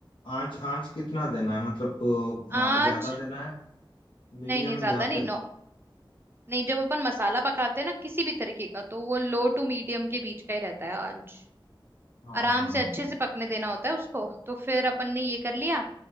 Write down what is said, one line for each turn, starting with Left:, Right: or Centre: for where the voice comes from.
Left: आंच आंच कितना देना है मतलब अ,
Right: आंच
Left: अ, ज्यादा देना है मीडियम
Right: नहीं नहीं ज्यादा
Left: या
Right: नहीं
Left: फिर
Right: नो नहीं जब अपन मसाला पकाते हैं ना किसी भी तरीके का तो वो लो टू मीडियम के बीच का ही रहता है आंच
Left: हाँ
Right: आराम
Left: हाँ हाँ
Right: से अच्छे
Left: ठीक।
Right: से पकने देना होता है उसको तो फिर अपन ने ये कर लिया